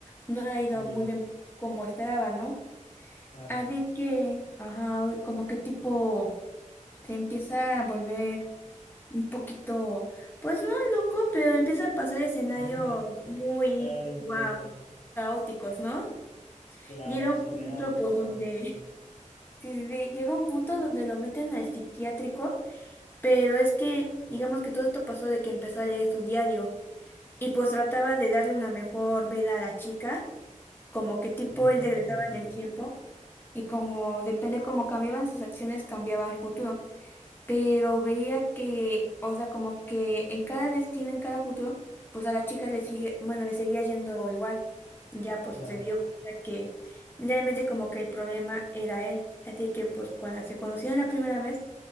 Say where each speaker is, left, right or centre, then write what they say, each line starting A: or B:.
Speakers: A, on the left (about 15°); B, on the left (about 65°).
A: no le ha ido
B: Uy,
A: muy bien como esperaba, ¿no?
B: claro.
A: Así que, ajá, como que tipo se empieza a volver un poquito, pues no loco, pero empieza a pasar escenarios
B: <laughs>
A: muy,
B: Claro, entiendo.
A: wow, caóticos, ¿no?
B: Claro,
A: Llega
B: surreales,
A: un punto pues
B: caóticos.
A: donde, <laughs> sí, sí, sí, llega un punto donde lo meten al psiquiátrico, pero es que, digamos que todo esto pasó de que empezó a leer su diario. y pues trataba de darle una mejor vida a la chica, como que tipo
B: Mm,
A: él regresaba
B: ok,
A: en el tiempo y como depende cómo cambiaban sus acciones cambiaba el futuro, pero veía que, o sea, como que en cada destino, en cada futuro, pues a la chica le sigue, bueno, le seguía yendo igual. Ya pues
B: claro,
A: se dio cuenta que realmente como que el problema era él, así que pues cuando se conocieron la primera vez,